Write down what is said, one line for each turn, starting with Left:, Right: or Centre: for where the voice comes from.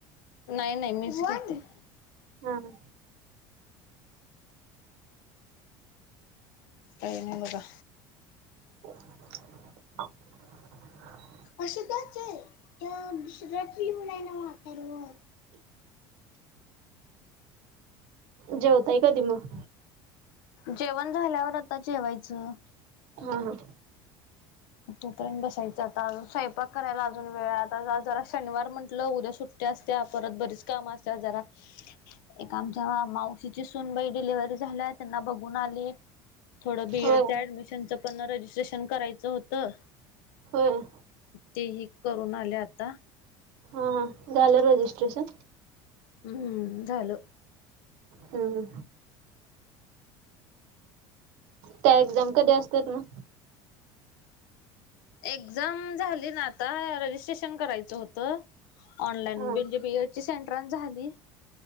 Left: नाही नाही मीच करते.
Right: हम्
Left: का नाही दबा
Right: हो ह
Left: असं काच आहे त्या दुस रात्री मुला ना वाात व
Right: जेवतय कधी मग
Left: जेवण झाल्यावर आता जेवायचं
Right: हा हा
Left: तोपर्यंत बसायचं आता स्वयंपाक करायला अजून वेळ आता जरा शनिवार म्हटलं उद्या सुट असत्या परत बरीच काम असत्या जरा एक आमच्या मावशीची सूनबाई डिलिव्हरी झाल्या त्यांना बघून आले थोडं बीएड
Right: होय.
Left: च ऍडमिशनचं पण रजिस्ट्रेशन करायचं होतं
Right: होम
Left: तेही करून आले आता
Right: हा हा झालं रजिस्ट्रेशन
Left: हम्म झालं
Right: हम् त्या एक्झाम कधी असतात ना
Left: एक्झाम झाली ना आता रजिस्ट्रेशन करायचं होतं ऑनलाईन
Right: हा.
Left: म्हजे बीएड ची सेंटरच झाली